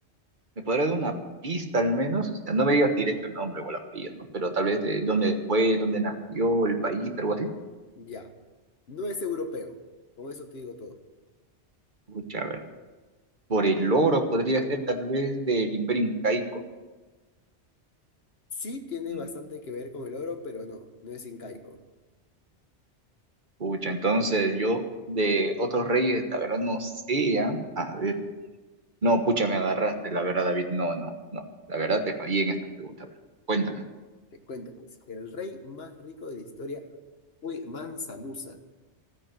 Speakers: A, on the right (about 45°); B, on the left (about 60°).
A: ¿Me podrás dar una pista al menos? O sea, no me digas directo el nombre o la apellido, ¿no? Pero tal vez de dónde fue, dónde nació, el país, algo así.
B: Ya, no es europeo, con eso te digo todo.
A: Pucha, a ver. Por el oro podría ser tal vez del Imperio Incaico.
B: Sí, tiene
A: Mm,
B: bastante que ver con el oro, pero no, no es incaico.
A: Pucha, entonces yo de otros reyes, la verdad no sé, ¿ah? A ver. No, pucha, me agarraste, la verdad, David. No, no, no. La verdad te fallé en esta pregunta. bro. Cuéntame.
B: Te cuento pues, el rey más rico de la historia fue Mansa Musa